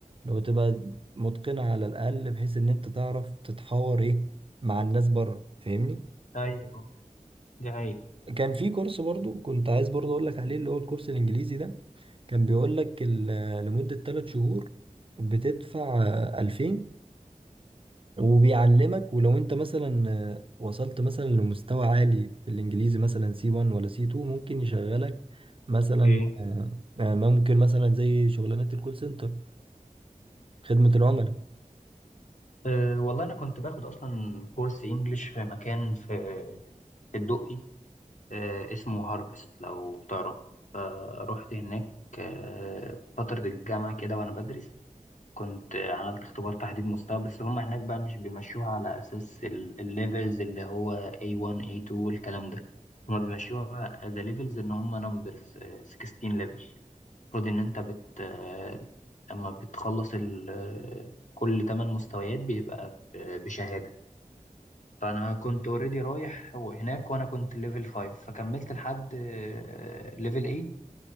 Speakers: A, on the right; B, on the left.
A: لو تبقى متقنة على الاقل بحيث ان انت تعرف تتحاور ايه مع الناس بره فاهمني
B: ايوه دي حقيقة
A: كان في كورس برضو كنت عايز برضو اقول لك عليه اللي هو الكورس الانجليزي ده كان بيقول لك ال- آه، لمدة 3 شهور بتدفع 2000 وبيعلمك ولو انت مثلا آه، وصلت مثلا لمستوى عالي في الانجليزي مثلا سي 1 ولا سي 2 ممكن يشغلك مثلا
B: ايه
A: آه، آه، ممكن مثلا زي شغلانات الكول سنتر خدمة العملاء
B: أه والله انا كنت باخد اصلا كورس انجليش في مكان في في الدقي أه اسمه هارفست لو تعرف فرحت هناك أه فترة الجامعة كده وانا بدرس كنت عملت اختبار تحديد مستوى بس هم هناك بقى مش بيمشوها على أساس ال- الليفلز اللي هو A1 A2 والكلام ده هم بيمشوها as a levels إن هم numbers آه، 16 level المفروض إن أنت بت آه، أما بتخلص ال... آه، كل 8 مستويات بيبقى ب- بشهادة فأنا كنت اوريدي رايح هناك وأنا كنت ليفل 5 فكملت لحد ليفل 8